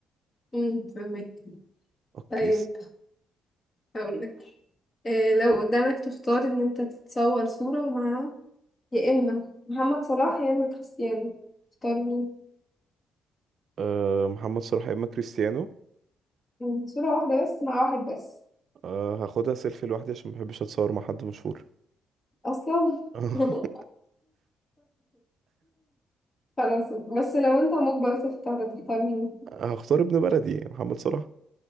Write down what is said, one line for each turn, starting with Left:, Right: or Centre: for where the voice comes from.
Left: مم. فاهمك
Right: اوكي
Left: طيب
Right: س-
Left: هقول لك إيه لو قدامك تختار ان انت تتصور صورة مع يا اما محمد صلاح يا اما كريستيانو تختار مين
Right: أه محمد صلاح يا اما كريستيانو
Left: مم. صورة واحدة بس مع واحد بس
Right: أه هاخدها سيلفي لوحدي عشان محبش اتصور مع حد مشهور
Left: اصلا
Right: <laughs>
Left: <laughs> خلاص بس لو انت مجبر تختار تختار مين
Right: هختار ابن بلدي محمد صلاح